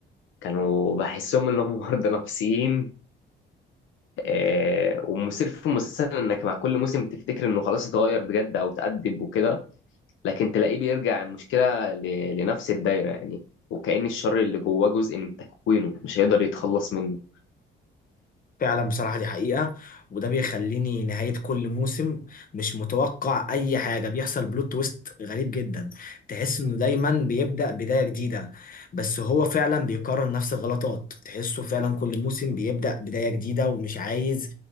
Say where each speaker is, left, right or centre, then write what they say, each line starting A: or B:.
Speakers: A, on the left; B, on the left.
A: كانوا بحسهم ان هم <laughs> مرضى نفسيين آه، والمثير في المسلسل انك مع كل موسم تفتكر انه خلاص اتغير بجد او اتأدب وكده لكن تلاقيه بيرجع المشكلة ل- لنفس الدايرة يعني وكأن الشر اللي جواه جزء من تكوينه مش هيقدر يتخلص منه
B: فعلا بصراحة دي حقيقة وده بيخليني نهاية كل موسم مش متوقع أي حاجة بيحصل بلوت تويست غريب جدا تحس إنه دايما بيبدأ بداية جديدة بس هو فعلا بيكرر نفس الغلطات تحسه فعلا كل موسم بيبدأ بداية جديدة ومش عايز